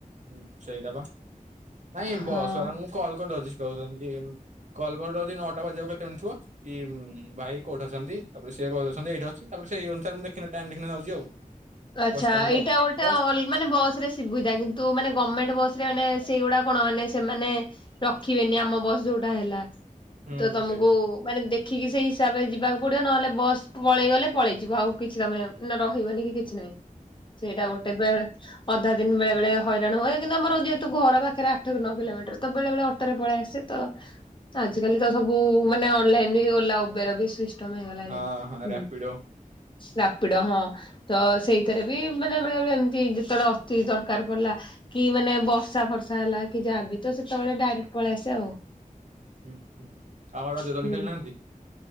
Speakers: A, on the right; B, on the left.
A: ହୁଁ ସେଇଟା ବା ନାଇଁ
B: ହଁ
A: ବସ୍ ବାଲାଙ୍କୁ ମୁଁ କଲ୍ କରିଦଉଛି ସେ କହୁଛନ୍ତି ଉଁ। କଲ୍ କରଦଉଛି ନଅଟା ବାଜିବାକୁ କେତେ ମିନିଟି ଥିବ କି ଉଁ ଭାଇ କୋଉଠି ଅଛନ୍ତି ତାପରେ ସିଏ କହିଦଉଛନ୍ତି ଏଇଠି ଅଛି ତାପରେ ସେଇ ଅନୁସାରେ ମୁଁ ଦେଖିନା ଟାଇମ ଦେଖିନା ଯାଉଛି ଆଉ।
B: ଆଚ୍ଛା
A: ବସଷ୍ଟାଣ୍ଡକୁ
B: ଏଇଟା
A: ଆଉ
B: ଗୋଟେ
A: ବସ୍
B: ଅଲ ମାନେ ବସ ରେ ସୁବିଧା କିନ୍ତୁ ମାନେ ଗମେଣ୍ଟ ବସ ରେ ମାନେ ସେଇଗୁଡା କଣ ମାନେ ସେମାନେ ରଖିବେନି ଆମ ବସ ଯୋଉଟା ହେଲା।
A: ହୁଁ
B: ତ ତମକୁ
A: ସେଇଟା
B: ମାନେ ଦେଖ ଦେଖିକି ସେଇ ହିସାବରେ ଯିବାକୁ ପଡିବ ନହେଲେ ବସ ପଳେଇଗଲେ ପଳେଇ ଯିବ ଆଉ କିଛି ତମେ ନା ରହିବନି କି କି କିଛି ନାଇଁ ସେଇଟା ଗୋଟେ ବେଳେ ଅଧା ଦିନ ବେଳେ ବେଳେ ହଇରାଣ ହୁଏ କିନ୍ତୁ ଆମର ଯେହେତୁ ଘର ପାଖରେ ଆଠ ରୁ ନଅ କିଲୋମି ଟର ତ ବେଳେ ବେଳେ ଅଟୋରେ ପଳେଇ ଆସେ ତ
A: ହୁଁ।
B: ଆଜିକାଲି ତ ସବୁ। ମାନେ ଅନଲାଇନ ବି ଓଲା ଉବେର ବି ସିଷ୍ଟମ ହେଇଗଲାଣି
A: ହଁ ହଁ
B: ଉଁ।
A: ରାପିଡୋ
B: ରାପିଡୋ ହଁ। ତ ସେଇଥିରେ ବି ମାନେ ବେଳେବେଳେ ଏମିତି ଯେତେବେଳେ ଅତି ଦରକାର ପଡିଲା କି ମାନେ ବର୍ଷା ଫ ସା ହେଲା କି ଯାହାବି ତ ସେତେବେଳେ ଡାଇରେକ୍ଟ ପଳେଇ ଆସେ ଆଉ।
A: ହୁଁ ହୁଁ ଆଉ ରଜ ଦୋଳି
B: ହୁଁ
A: ଖେଳିନାହାନ୍ତି।